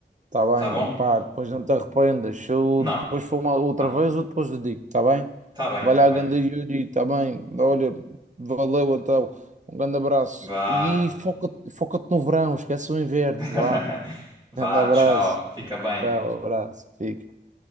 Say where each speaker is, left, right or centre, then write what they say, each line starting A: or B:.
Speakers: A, on the right; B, on the right.
A: Tá bem,
B: Tá bom?
A: pá, depois não te arrependas. Se eu
B: Não,
A: depois for uma outra
B: não.
A: vez, eu depois te digo, tá bem?
B: Tá bem,
A: Vai
B: tá
A: lá,
B: bem.
A: ganda Yuri, tá bem? Olha, valeu então. Um grande abraço.
B: Vá.
A: E foca-te foca-te no verão, esquece o inverno,
B: <laughs>
A: vá.
B: Vá,
A: Grande abraço.
B: tchau. Fica bem.
A: Tchau, abraço. Fica.